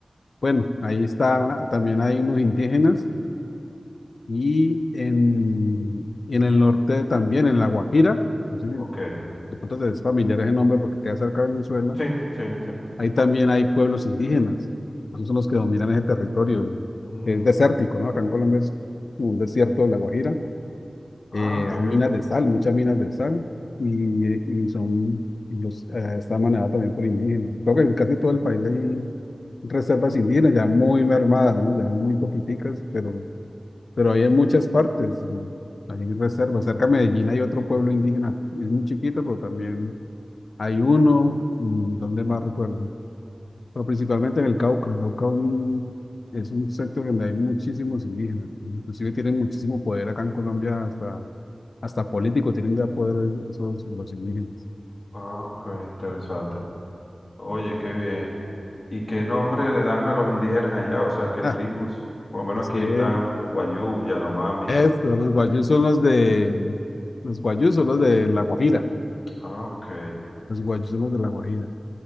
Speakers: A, on the left; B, on the left.
A: Bueno, ahí está, también hay unos indígenas y en, y en el norte también, en La Guajira, no sé si
B: Ok.
A: de pronto es familiar ese nombre porque queda cerca de Venezuela,
B: Sí, sí, sí.
A: ahí también hay pueblos indígenas, esos son los que dominan ese territorio,
B: Mm,
A: es desértico, ¿no? Acá en Colombia es como un desierto de La Guajira, eh,
B: ah, qué
A: hay
B: bien.
A: minas de sal, muchas minas de sal, y, y son, los, eh, está manejada también por indígenas. Creo que en casi todo el país hay reservas indígenas ya muy mermadas, ¿no? Ya muy poquiticas, pero pero ahí hay en muchas partes, hay reservas. Cerca de Medellín hay otro pueblo indígena, es muy chiquito, pero también hay uno, mm, ¿dónde más recuerdo? Pero principalmente en el Cauca. El Cauca mm, es un sector donde hay muchísimos indígenas, inclusive tienen muchísimo poder acá en Colombia, hasta, hasta político tienen ya poder esos, los indígenas.
B: Ah, ok, interesante. Oye, qué bien. ¿Y qué nombre le dan a los indígenas allá? O sea, ¿qué tribus?
A: Ah,
B: Por lo menos
A: estoy,
B: aquí están Wayuu, Yanomami.
A: esto, los guayús son los de, los guayús son los de La Guajira,
B: Ah, ok.
A: los guayús son los de La Guajira.